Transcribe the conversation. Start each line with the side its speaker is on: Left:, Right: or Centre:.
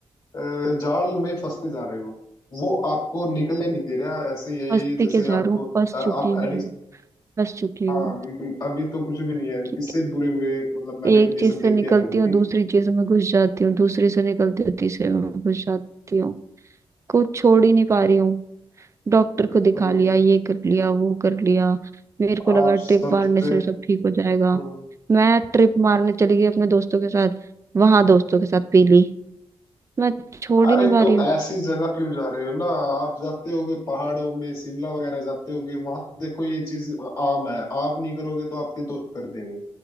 Left: अ, जाल में फंसते जा रहे हो वो आपको निकलने नहीं दे रहा ऐसे यही
Right: मस्ती
Left: जैसे
Right: के झाड़ू
Left: आपको
Right: फंस
Left: अ, आप
Right: चुकी हूँ
Left: एडिक्ट
Right: फंस चुकी
Left: हाँ
Right: हूँ
Left: बिल्कुल अभी तो कुछ भी नहीं है
Right: कि
Left: इससे बुरे बुरे मतलब मैंने
Right: एक
Left: कंडीशन
Right: चीज
Left: देखी
Right: से निकलती
Left: है लोगों
Right: हूँ
Left: की
Right: दूसरी चीज में घुस जाती हूँ दूसरी से निकलती हूँ तीसरे में घुस जाती हूँ कुछ छोड़ ही नहीं पा रही हूँ डॉक्टर
Left: देखो
Right: को दिखा लिया ये कर लिया वो कर लिया मेरे को
Left: आप
Right: लगा
Left: सबसे
Right: ट्रिप मारने से सब ठीक हो जाएगा
Left: हम्म,
Right: मैं ट्रिप मारने चली गई अपने दोस्तों के साथ वहां दोस्तों के साथ पी ली मैं छोड़
Left: अरे
Right: ही नहीं पा
Left: तो
Right: रही हूँ
Left: ऐसी जगह क्यों जा रहे हो ना आप जाते होगे पहाड़ों में शिमला वगैरह जाते होगे वहां देखो ये चीज आम है आप नहीं करोगे तो आपके दोस्त कर देंगे